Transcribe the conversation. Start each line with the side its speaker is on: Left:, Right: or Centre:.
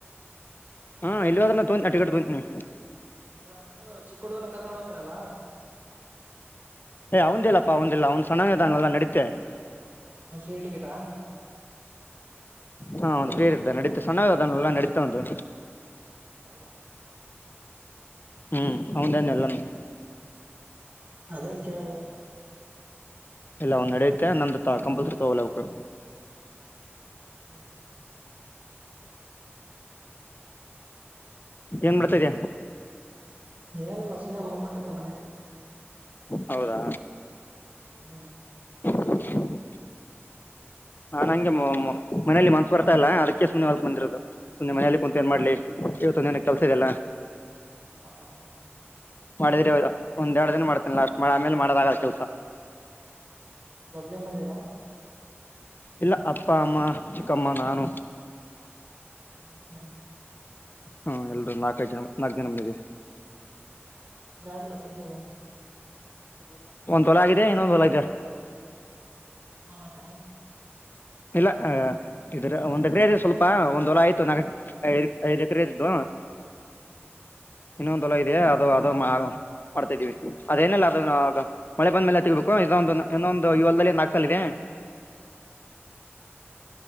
Left: ಹಾ ಇಲ್ಲಿ ಹೋದ್ರೆನು ತೋನ್ಅಟ್ಟಗಟ್ಟು ತೊಯ್ತೀನಿ.
Right: ಅಲ್ಲ ಅದ್ರ ಅಲ್ಲೂ ಚಿಕ್ಕ ಹುಡುಗನು ಕರ್ಕೊಂಡ ಹೋಗ್ತೇನಲ್ಲಾ.
Left: ಹೌನ್ ದಿಲ್ಲಪ್ಪ ಅವಂದಿಲ್ಲ ಅವಂದ್ ಸಣ್ಣಗಿದಾನಲ್ಲ ನಡೆಯುತ್ತೆ.
Right: ಮ ಶ್ರೀ ಟಿಕಿಟ್ಟ
Left: ಹಾ ಒಂದು ಫೀ ಇರ್ತ್ತ ನಡೀತ ಸಣ್ಣ ಅದಲ್ಲ ನಡೀತ್ತೆ ಅವು
Right: ಹೌದಾ
Left: ಹ್ಮ್ ಹೌದೇನೆ ಎಲ್ಲಾಮು
Right: ಅದೇ ಕೇಳ್ದೆ
Left: ಇಲ್ಲ ಅವನು ನಡೆಯುತ್ತೆ ನಂದು ಕಂಪ್ಯೂಟರ್ ವೊರ್ಲವಕ್ಕು.
Right: ಹೋ ಹೋ
Left: ಏನ್ ಮಾಡುಡ್ತದೆ.
Right: ಏನಿಲ್ಲ ಸುಮ್ಮನೆ ಮಲ್ಕೊಂಡಿದ್ದೆ ಮನೇಲಿ.
Left: ಹೌದಾ
Right: ಹೋ ಹ್ಮ
Left: <inaudible> ನಾನ್ ಹಂಗೆ ಮೋ ಮೋ ಮನೇಲಿ ಮನ್ಸ್ ಬರ್ತಾ ಇಲ್ಲ ಅದಕ್ಕೆ ಸುಮ್ಮನೆ ಬಂದಿರದು ಸುಮ್ಮನೆ ಮನೇಲಿ ಕುಂತ ಏನ್ ಮಾಡ್ಲಿ. ಇವತ್ತು ನನಗೆ ಕೆಲ್ಸ ಇದೆಯಲ್ಲಾ.
Right: ಹ ಹಾ
Left: ಮಾಡಿದ್ರೆ ಒಂದ್ರೆಡು ದಿನ ಮಾಡ್ತೇನಿ ಲಾಸ್ಟ್ ಆಮೇಲೆ ಮಾಡದಾಗಲ್ಲ ಕೆಲ್ಸ.
Right: ಒಬ್ಬನೇ ಬಂದಿದ್ಯೇನೋ.
Left: ಇಲ್ಲ ಅಪ್ಪ ಅಮ್ಮ ಚಿಕ್ಕಮ್ಮ ನಾನು
Right: ಹ ಹಾ
Left: ಹ್ಮ ಎಲ್ರುೂ ನಾಕೈ ಜನ ನಾಕು ಜನಮ ಇದವಿ
Right: ನ ಕ್ಲಾಸ್ದ
Left: ಚಲ ಆಗಿದ ಇನ್ನೊಂದು ಹೊಲ ಇದ್ದ
Right: ನಿಮಾಲಾನ
Left: ಇಲ್ಲ ಇದ್ರ ಒಂದ್ ಎಕರೆ ಇ ಸ್ವಲ್ಪ ಒಂದ್ ಹೊಲ ಆಯ್ತು ನಾಲ್ಕ ಐದ ಐ್ ಎಕರೆ ಇದಿದ್ದು
Right: ಹ್ಮ ಹ
Left: ಇನ್ನೊಂದೊಲ ಇದೆಯಾ ಅದು ಅದುಗ ಮಾಡ್ತಾ ಇದಿದ್ದೀವಿ ಅದೇನಲ್ಲ ಅದ ಮಳೆ ಬಂದ ಮೇಲೆ ತಿಗಬೇಕು ಇದೊಂದು ಇನ್ನೊಂದು ಇವಲ್ಲ್ಲಿ ನಾಕ ಸಾಲ ಇದೆ
Right: ಹ